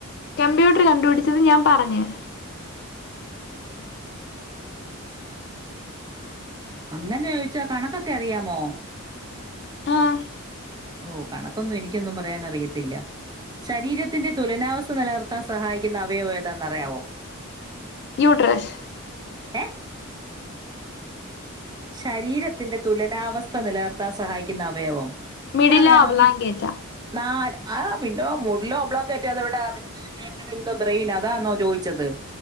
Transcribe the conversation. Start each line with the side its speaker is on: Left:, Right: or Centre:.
Left: കമ്പ്യൂട്ട്ർ കണ്ടുപിടിച്ചത് ഞാൻ പറഞ്ഞ്
Right: അങ്ങനെ ചോയിച്ച കണക്കൊക്കെ അറിയാമോ
Left: ആഹ്
Right: ഓ കണ കൊന്നും എനിക്കൊന്നും പറയാൻ അറിയത്തില്ല ശരീരത്തിന്റെ തുലനാവസ്ഥ നിലനിർത്താൻ സഹായിക്കുന്ന അവയവം ഏതാന്ന് അറയാവോ
Left: യൂട്ട്രസ്
Right: ഏ ശരീരത്തിന്റെ തുലനാവസ്ഥ നിലർത്താൻ സഹായിക്കുന്ന അവയവം
Left: മിഡില
Right: ഞാൻ വേണെങ്കിൽ
Left: ഒബ്ലാങ്കേറ്റ
Right: നാല് ആ അ പിന്നോ മുഡിലോഒബ്ലോംഗെറ്റ ആന്നോ ഇവടെ ന്തോ ബ്രെയിൻ അതാന്നോ ചോദിച്ചത്